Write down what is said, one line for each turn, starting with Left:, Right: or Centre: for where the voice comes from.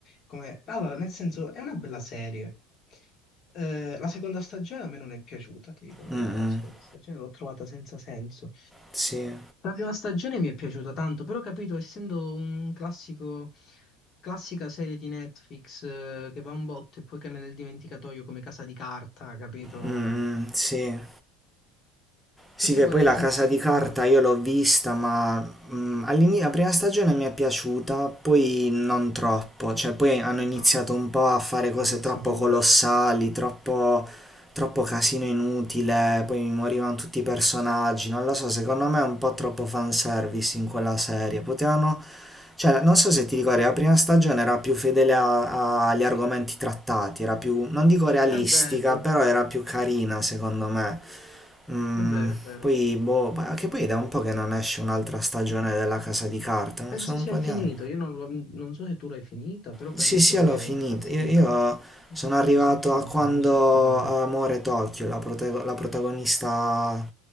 Left: come... Allora, nel senso, è una bella serie. Eh, la seconda stagione a me non è piaciuta, ti dico la
Centre: Mm,
Left: verità.
Centre: mm,
Left: La seconda stagione l'ho trovata senza senso.
Centre: sì,
Left: La prima stagione mi è piaciuta tanto, però ho capito, essendo un classico, classica serie di Netflix eh, che va un botto e poi che è nel dimenticatoio come Casa di Carta, capito?
Centre: Mm, mm, sì. Sì,
Left: Tutte
Centre: che
Left: quelle
Centre: poi la
Left: serie
Centre: casa di
Left: che
Centre: carta
Left: fanno
Centre: io l'ho vista, ma mm, all'ini- la prima stagione mi è piaciuta, poi non troppo, cioè poi hanno
Left: una,
Centre: iniziato un po' a fare cose
Left: una forzatura.
Centre: troppo colossali, troppo, troppo casino inutile, poi mi morivano tutti i personaggi, non lo so, secondo me è un po' troppo fanservice in quella serie, potevano cioè, non so se ti ricordi, la prima stagione era più fedele a- a- agli argomenti trattati, era più, non dico realistica,
Left: È vero,
Centre: però era più carina secondo me. Mm,
Left: è vero, è vero.
Centre: poi, boh, che poi da un po' che non esce un'altra stagione della Casa di Carta, non
Left: Penso
Centre: so, un
Left: sia
Centre: po' di
Left: finito,
Centre: anni.
Left: io non, lo- non so se tu l'hai finita, però penso
Centre: Sì, sì,
Left: che
Centre: l'ho finita.
Left: sia finita.
Centre: Io, io sono arrivato
Left: Penso sia finita,
Centre: a quando
Left: non so il finale.
Centre: Amore Tokyo, la, protago- la protagonista